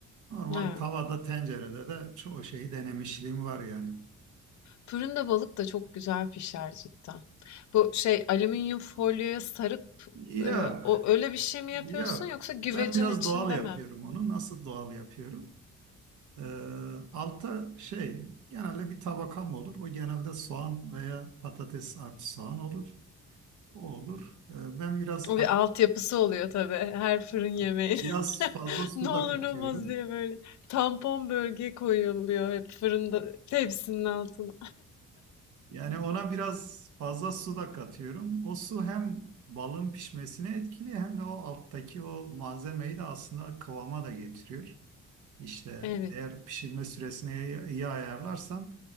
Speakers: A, on the right; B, on the left.
A: Normal
B: Ha.
A: tavada tencerede de çoğu şeyi denemişliğim var yani.
B: Fırında balık da çok güzel pişer cidden. Bu şey, alüminyum folyoya sarıp,
A: Yok,
B: eee, o öyle bir şey mi yapıyorsun
A: yok.
B: yoksa güvecin
A: Ben biraz
B: içinde
A: doğal yapıyorum
B: mi?
A: onu. Nasıl doğal yapıyorum? Ee, alta şey genelde bir tabakam olur. O genelde soğan veya patates artı soğan olur. O olur. Ee, ben biraz
B: O
A: haf-
B: bir altyapısı oluyor tabii her fırın yemeğinin.
A: biraz
B: <laughs>
A: fazla su
B: Ne olur
A: da katıyorum.
B: ne olmaz diye böyle tampon bölge koyuluyor hep fırında tepsinin altına.
A: Yani ona biraz fazla su da katıyorum. O su hem balın pişmesine etkili hem de o alttaki o malzemeyi de aslında kıvama da getiriyor. İşte
B: Evet.
A: eğer pişirme süresini iyi ayarlarsan